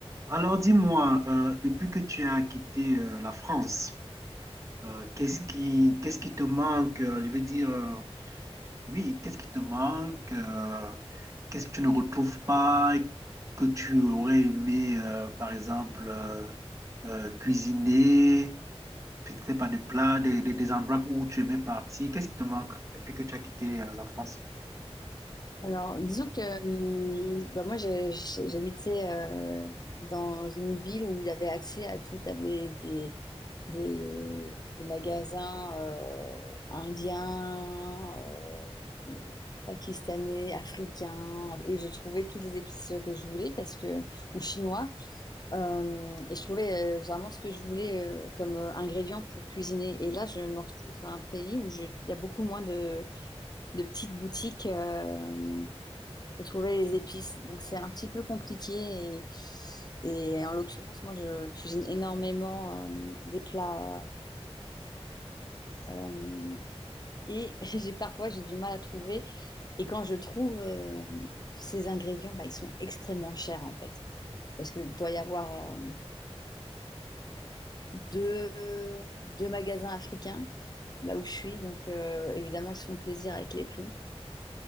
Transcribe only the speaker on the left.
Alors, disons que hum, bah, moi, j'ai- j'ai- j'habitais euh, dans une ville où j'avais accès à tout. T'avais des, des, des magasins euh, indiens, euh, pakistanais, africains, et je trouvais toutes les épices que je voulais parce que, ou chinois. Euh, et je trouvais euh, généralement ce que je voulais euh, comme euh, ingrédient pour cuisiner. Et là, je me retrouve dans un pays où je- il y a beaucoup moins de, de petites boutiques. euh, pour trouver les épices. Donc c'est un petit peu compliqué et, et en l'occurrence, moi je cuisine énormément euh, des plats euh, et <laughs> j'ai parfois j'ai du mal à trouver et quand je trouve euh, ces ingrédients, bah, ils sont extrêmement chers en fait parce que doit y avoir euh, deux, deux magasins africains là où je suis donc euh, évidemment ils se font plaisir avec les prix.